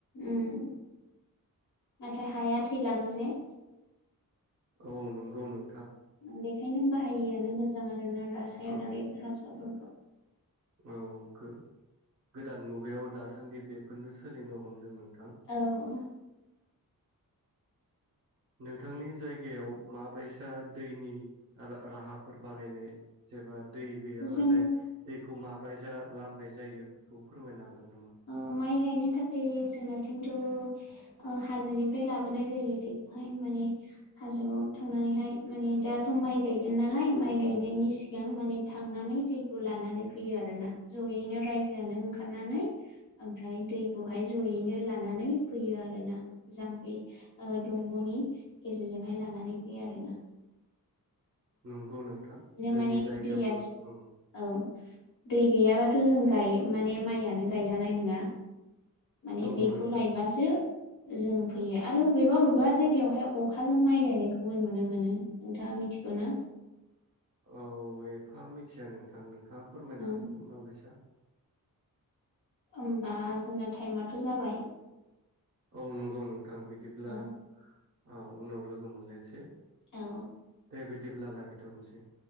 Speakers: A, on the left; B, on the right.
A: उम नाथाय हाया थैलाङो जे
B: औ नंगौ नों
A: बेखायनो बाहायिआनो मोजां आरोना रासायनारि
B: औ
A: हासारफोरखौ
B: औ गो-गोदान मुगायाव दासान्दि बेफोरनो सोलिनो हमदों नों
A: औ
B: नोंथांनि जायगायाव माबायसा दैनि रा- राहाफोर बानायनाय जेबा दै गैयाबाथाय
A: जों
B: दैखौ मा बायजा लाबोनाय जायो बेखौ फोरमायनो हागोन नामा
A: ओ माइ गायनो थाखाय जोंनाथिंथ' ओ हाजोनिफ्राय लाबोनाय जायो दैखौहाय माने हाजोआव थांनानैहाय माने दाथ' माइ गायगोन नालाय माइ गायनायनि सिगां मान थांना नै दैखौ लानानै फै फैयो आरोना जयैनो रायजोआनो ओंखारनानै ओमफ्राय दैखौहाय जयैनो लानानै फैयो आरोना जामफै ओ दं गनि गेजेरजोंहाय लानानै <unintelligible> आरो ना
B: नंगौ नोंथां जोंनि
A: माने
B: जायगायावबो
A: दैया
B: ओं
A: औ दै गैयाबाथ' जों गाय माने माइयानो गायजानाय नङा माने
B: नंगौ
A: बेखौ
B: नोंथां
A: लायबासो जों फैयो आरो अबेबा अबेबा जायगायावहाय अखाजों माइ गायनायखौबो नुनो मोनो नोंथाङा मि थिगौना
B: औ एफा मिथिया नोंथां नों थाङा फोरमायनो
A: औ
B: होनो माबैसा
A: होमबा जोंना टाइमाथ' जाबाय
B: औ नंगौ नोंथां बिदिब्ला
A: औ
B: ओ उनाव लोगो मोनलायनसै
A: औ
B: बेबायदिब्ला लाखिथ'नोसै